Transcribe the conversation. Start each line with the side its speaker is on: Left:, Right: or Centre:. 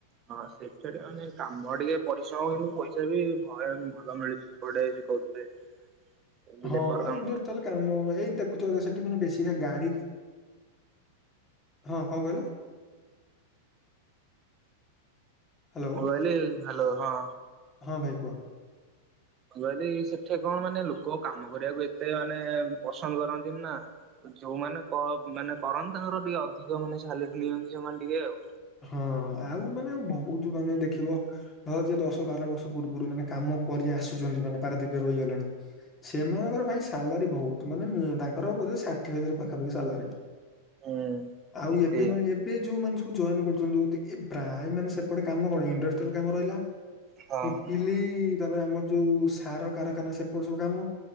Right: ହଁ ସେଇଠାରେ ମାନେ କାମ ଟିକେ ପରିଶ୍ରମ କିନ୍ତୁ ପଇସା ବି ଭୟ ଭଲ ମିଳୁଛି। ସେପଟେ ଯୋ କହୁଥିଲେ ଏଇ
Left: ହଁ
Right: ଲେବର
Left: ଆଉ
Right: କାମ
Left: ଇଣ୍ଡୋରଟଲ କାମ ଏଇ ଦେଖୁଛ ସେଠି ମାନେ ବେଶୀ କା ଗାଡ଼ି କି ହଁ କଣ କହିଲ? ହ୍ୟାଲୋ
Right: ମୁଁ କହିଲି ହ୍ୟାଲୋ ହଁ।
Left: ହଁ ଭାଇ କୁହ।
Right: ମୁ କହିଲି ସେଠି କଣ ମାନେ ଲୋକ କାମ କରିବାକୁ ଏତେ ମାନେ ପସନ୍ଦ କରନ୍ତିନି ନା। ଯୋଉମାନେ କ ମାନେ କରନ୍ତି ତାଙ୍କର ଟିକେ ଅଧିକ ମାନେ ସାଲେରୀ ନିଅନ୍ତି ସେମାନେ ଟିକେ ଆଉ।
Left: ହଁ ଆଉ ମାନେ ବୋହୁତ ମାନେ ଦେଖିବ ଧ ଯିଏ ଦଶ ବାର ବର୍ଷ ପୂର୍ବରୁ ମାନେ କାମ କରି ଆସୁଛନ୍ତି ମାନେ ପାରାଦ୍ୱୀପରେ ରହିଗଲେଣି ସେମାନଙ୍କର ଭାଇ ସାଲାରୀ ବୋହୁତ ମାନେ ତାଙ୍କର ବୋଧେ ଷାଠିଏ ହଜାର ପାଖାପାଖି ସାଲାରୀ।
Right: ହୁଁ
Left: ଆଉ
Right: ହୁଁ
Left: ଏବେ
Right: ସେଇଆ
Left: ମାନେ ଏବେ ଯୋଉମାନେ ସୁଦୁ ଚୋରାଣ କରୁଛନ୍ତି ବୋହୁତ ଏ ପ୍ରାୟ ମାନେ ସେପଟେ କାମ କଣ ଇଣ୍ଡଷ୍ଟିଆଲ କାମ ରହିଲା
Right: ହଁ
Left: ପିପିଲି ତାପରେ ଆମର ଯୋଉ ସାର କାରଖାନା ସେପଟ ସବୁ କାମ।